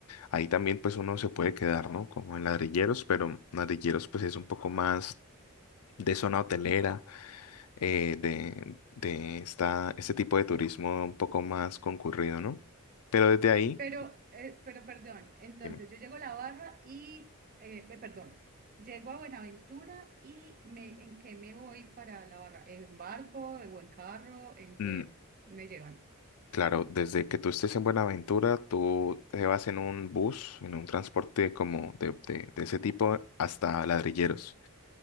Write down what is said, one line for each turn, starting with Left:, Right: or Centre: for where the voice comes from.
Left: Ahí también pues uno se puede quedar, ¿no? Como en Ladrilleros, pero Ladrilleros pues es un poco más de zona hotelera, eh, de, de esta, este tipo de turismo un poco más concurrido, ¿no? Pero desde ahí...
Right: Pero, eh, pero perdón, entonces
Left: Dime.
Right: yo llego a la barra y, eh, pe- perdón, llego a Buenaventura y me, ¿en qué me voy para la barra? ¿En barco o en carro? ¿En qué
Left: Mm,
Right: me llevan?
Left: Claro, desde que tú estés en Buenaventura, tú te vas en un bus, en un transporte como de, de- de ese tipo hasta Ladrilleros.